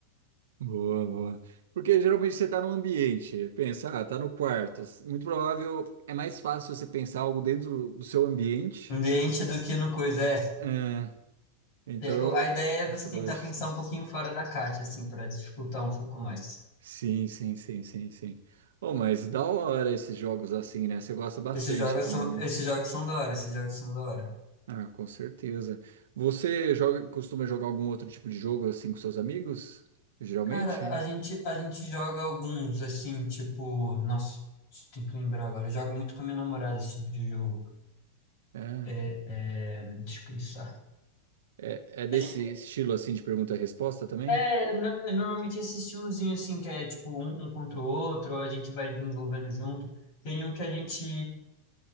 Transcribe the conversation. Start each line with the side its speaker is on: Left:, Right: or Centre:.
Right: Boa, boa. Porque geralmente você tá no ambiente, pensa, ah, tá no quarto. Muito provável, é mais fácil você pensar algo dentro do seu ambiente.
Left: Ambiente do que no coisa, é.
Right: É, então,
Left: É, o- A ideia é
Right: essa
Left: você tentar
Right: lógica.
Left: pensar um pouquinho fora da caixa, assim, pra dificultar um pouco mais.
Right: Sim, sim, sim, sim, sim. Oh, mas da hora esses jogos assim, né? Você gosta bastante
Left: Esses jogos
Right: também,
Left: são, esses
Right: né?
Left: jogos são da hora, esses jogos são da hora.
Right: Ah, com certeza. Você joga, costuma jogar algum outro tipo de jogo assim com seus amigos? Geralmente?
Left: Cara, a gente, a gente joga alguns, assim, tipo, nossa, tem que lembrar agora. Eu jogo muito com a minha namorada esse tipo de jogo.
Right: É,
Left: É, é, deixa eu pensar.
Right: é, é desse
Left: A gente,
Right: estilo assim de pergunta e resposta também?
Left: é, é, no- normalmente esse estilozinho, assim, que é tipo um, um contra o outro, a gente vai desenvolvendo junto. Tem um que a gente,